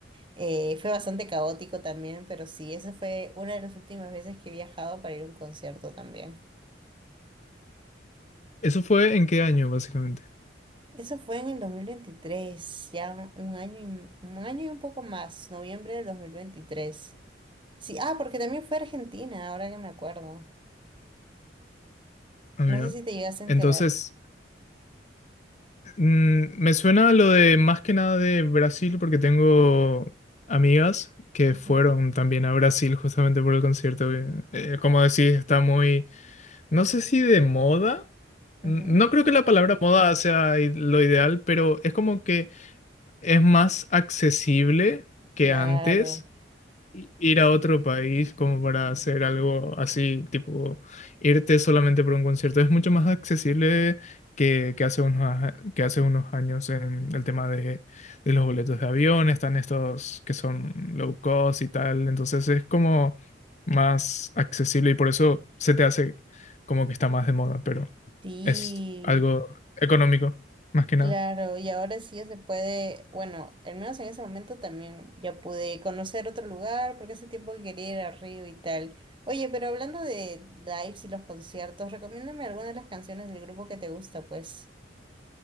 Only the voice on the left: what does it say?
¿Eso fue en qué año, básicamente?
Ah,
mira.
Entonces, Mm, Me suena lo de más que nada de Brasil porque tengo amigas que
fueron también a Brasil justamente por el concierto. eh, eh, como decís, está muy, no sé si de moda.
N- No creo que la palabra moda sea i- lo ideal, pero es como que es más accesible que
antes i- ir a otro país como para hacer algo así, tipo irte solamente por un concierto. Es mucho más accesible que, que hace unos, a- que hace unos años en el tema de, de los boletos de avión. Están estos que son low cost y tal. Entonces es como más accesible y por eso se te hace como que está más de moda, pero
es algo económico, más que
nada.